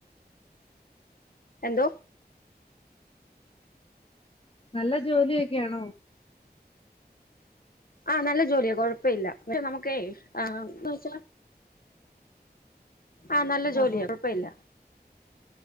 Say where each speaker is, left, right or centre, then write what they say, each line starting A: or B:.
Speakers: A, on the left (about 60°); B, on the left (about 35°).
A: എന്തോ
B: നല്ല ജോലിയൊക്കെയാണോ
A: ആ നല്ല ജോലിയാ കൊഴപ്പവില്ല പക്ഷെ നമ്മുക്കേ ആ എന്ന് വെച്ചാ ആ നല്ല ജോലിയാ
B: ആഹാ
A: കൊഴപ്പവില്ല